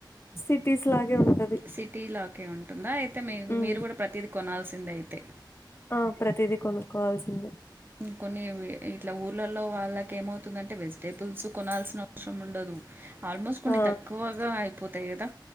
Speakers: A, on the left; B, on the right.
A: సిటీస్ లాగే ఉంటది
B: సిటీ లగె ఉంటుందా అయితే మీ
A: ఉమ్
B: మీరు కూడా ప్రతిదీ కొనాల్సిందే అయితే
A: ఆ ప్రతిదీ కొనుక్కోవాల్సిందే
B: కొన్ని ఇట్లా ఊర్లలో వాళ్ళకి ఏమవుతుందంటే వెజిటేబుల్స్ కొనాల్సిన అవసరం ఉండదు ఆల్మోస్ట్ కొన్ని
A: ఆ
B: తక్కువగా అయిపోతాయి కదా